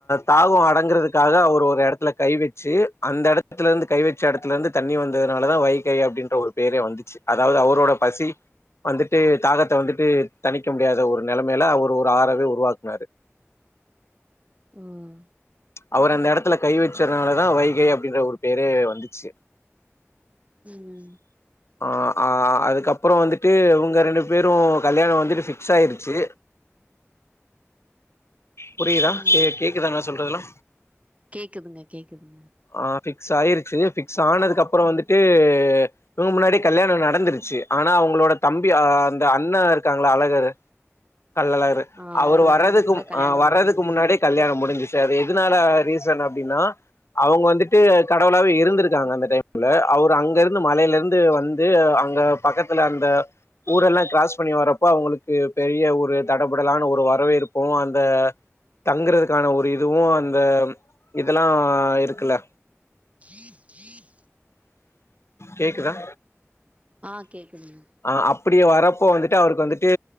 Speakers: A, on the left; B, on the right.
A: தாகோ அடங்குறதுக்காக அவர் ஒரு எடத்துல கை வச்சு அந்த எடத்துல இருந்து கை வ ச்ச இடத்துல இருந்து தண்ணி வந்ததுனாலதா வைகை அப்படின்ற ஒரு பேரே வந்துச்சு அதாவது அவரோட பசி வந்துட்டு தாகத்த வந்துட்டு தனிக்க முடியாத ஒரு நலமையில அவர் ஒரு ஆறவே உருவாக்குனாரு
B: ம்
A: அவர் அந்த எடத்துல கை வச்சனாலதா வைகை அப்படின்ற ஒரு பேரே வந்துச்சு
B: ம்
A: ஆ ஆ அதுக்கப்புற வந்துட்டு இவங்க ரெண்டு பேரு கல்யாணோ வந்துட்டு ஃபிக்ஸ் ஆயிருச்சு புரியுதா
B: ம்
A: கே கேக்குதா நா சொல்றதுலா
B: கேக்குதுங்க கேக்குதுங்க
A: ஆ ஃபிக்ஸ் ஆயிருச்சு ஃபிக்ஸ் ஆனதுக்குப்பறோ வந்துட்டு இவங்க முன்னாடி கல்யாணோ நடந்துருச்சு ஆனா அவங்களோட தம்பி அ அந்த அண்ணா இருக்காங்கள்ள அழகரு கள்ளழகரு
B: ஆ
A: அவரு
B: அவர்
A: வர்றதுக்கு
B: வர்றதுக்குள்ள
A: மு
B: கல்யாணம்
A: அ வர்றதுக்கு
B: முடிஞ்சிருச்சு
A: முன்னாடியே கல்யாணோ முடிஞ்சு எதுனால ரீசன் அப்டின்னா அவங்க வந்துட்டு கடவுளாவே இருந்திருக்காங்க அந்த டைம்ல அவர் அங்க இருந்து மலைல இருந்து வந்து அங்க பக்கத்துல அந்த ஊரெல்லா க்ராஸ் பண்ணி வரப்போ அவங்களுக்கு பெரிய ஒரு தடபுடலான ஒரு வறவேர்பு அந்த தங்குறதுக்கான ஒரு இதுவு அந்த இதுலா இருக்குல்ல
B: ஜீன் ஜீன்
A: கேக்குதா
B: ஆ கேக்குதுங்க
A: அ அப்டி வர்றப்போ வந்துட்டு அவருக்கு வந்துட்டு